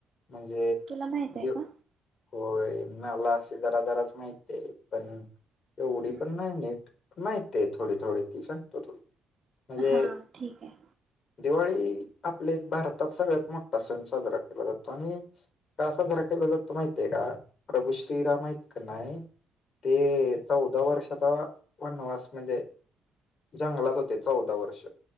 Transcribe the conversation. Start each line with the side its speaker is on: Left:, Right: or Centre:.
Left: म्हणजे
Right: तुला माहित आहे
Left: द
Right: का
Left: होय मला असे जरा-जराच माहित आहे पण एवढी
Right: हम्म.
Left: पण नाही नीट माहित आहे थोडी थोडी ती सांगतो तुला म्हणजे
Right: हा ठीक आहे
Left: दिवाळी आपल्या एक भारतात सगळ्यात मोठा सण साजरा केला जातो. आणि का साजरा केला जातो माहित आहे का प्रभू श्रीराम आहेत की नाही ते चौदा वर्षात तो वनवास म्हणजे जंगलात होते चौदा वर्ष